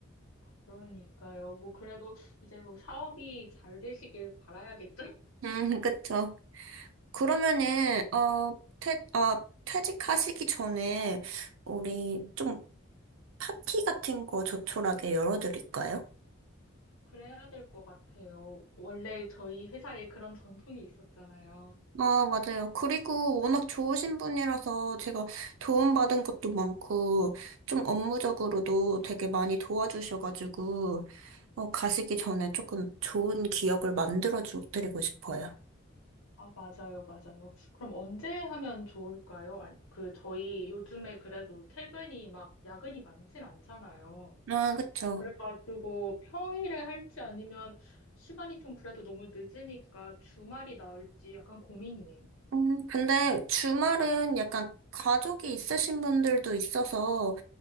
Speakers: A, on the left; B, on the right.
A: 아, 그러니까요. 뭐 그래도 이제 뭐 사업이 잘 되시길 바라야겠죠?
B: 음, <laughs> 그쵸. 그러면은,
A: <laughs>
B: 어, 퇴, 아, 퇴직하시기 전에, 우리 좀 파티 같은 거 조촐하게 열어드릴까요?
A: 그래야 될 것 같아요. 원래 저희 회사에 그런 전통이 있었잖아요.
B: 아, 맞아요. 그리고 워낙 좋으신 분이라서 제가 도움받은 것도 많고, 좀 업무적으로도 되게 많이 도와주셔가지고, 어, 가시기 전에 조금 좋은 기억을 만들어드리고 싶어요.
A: 아, 맞아요, 맞아요. 그럼 언제 하면 좋을까요? 아, 그, 저희 요즘에 그래도 퇴근이 막 야근이 많진 않잖아요.
B: 아, 그쵸.
A: 그래가지고 평일에 할지 아니면 시간이 좀 그래도 너무 늦으니까 주말이 나을지 약간 고민이에요.
B: 음, 근데 주말은 약간 가족이 있으신 분들도 있어서